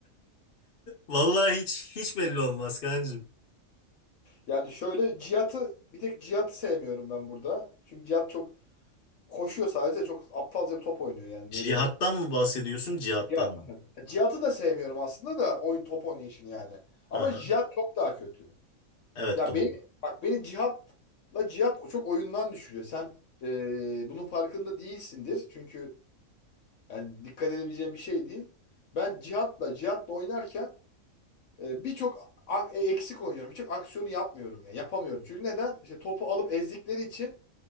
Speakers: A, on the left (about 50°); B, on the left (about 65°).
A: Vallahi hiç hiç belli olmaz kancım.
B: Yani şöyle Cihat'ı bir tek Cihat'ı sevmiyorum ben burada. Çünkü Cihat çok koşuyor sadece çok aptalca bir top oynuyor yani
A: Cihattan
B: böyle.
A: mı bahsediyorsun? Cihattan
B: Cihat.
A: mı?
B: Cihat'ı da sevmiyorum aslında da oyun top oynayışını yani. Ama
A: Aha.
B: Cihat çok daha kötü.
A: Evet
B: Ya
A: doğru.
B: beni bak beni cihatla cihat o çok oyundan düşürüyor. Sen eee, bunun farkında değilsindir. Çünkü yani dikkat edebileceğim bir şey değil. Ben cihatla cihatla oynarken eee, birçok a- e- eksik oynuyorum. Birçok aksiyonu yapmıyorum ya. Yapamıyorum. Çünkü neden? İşte topu alıp ezdikleri için